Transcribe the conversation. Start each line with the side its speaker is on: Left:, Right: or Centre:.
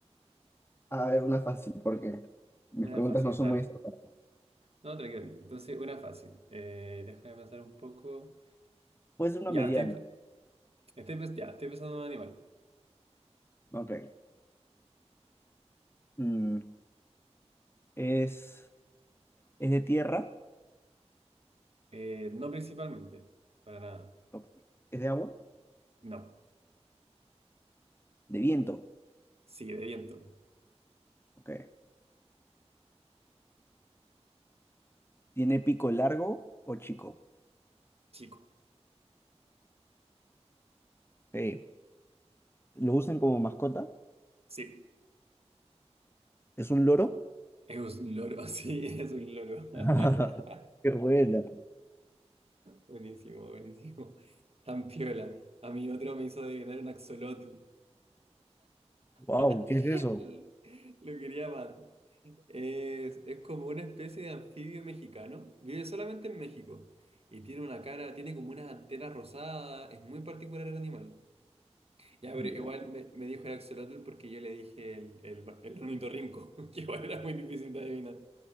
Left: A ver, una fácil, porque mis
Right: Una
Left: preguntas
Right: fácil,
Left: no son
Right: dale.
Left: muy acertadas.
Right: No, tranquilo. Entonces, una fácil. Eh, déjame pensar un poco.
Left: Puede ser una
Right: Ya,
Left: mediana.
Right: estoy, estoy, pens- ya, estoy pensando en un animal.
Left: Ok. Mm, ¿Es, es de tierra?
Right: Eh, no principalmente, para nada.
Left: Ok. ¿Es de agua?
Right: No.
Left: ¿De viento?
Right: Sí, de viento.
Left: Ok. ¿Tiene pico largo o chico?
Right: Chico.
Left: Ok. ¿Lo usan como mascota?
Right: Sí.
Left: ¿Es un loro?
Right: Es un loro, <laughs> sí, es un loro. <laughs>
Left: <laughs> Qué buena.
Right: Buenísimo, buenísimo. Tan piola. A mí otro me hizo adivinar un axolotl.
Left: Wow,
Right: <laughs>
Left: ¿qué es eso?
Right: Lo quería matar. Es, es como una especie de anfibio mexicano. Vive solamente en México. Y tiene una cara, tiene como unas antenas rosadas. Es muy particular el animal. Ya, pero
Left: Ya.
Right: igual me, me dijo el axolotl porque yo le dije el, el, el ornitorrinco, <laughs> que igual era muy difícil de adivinar.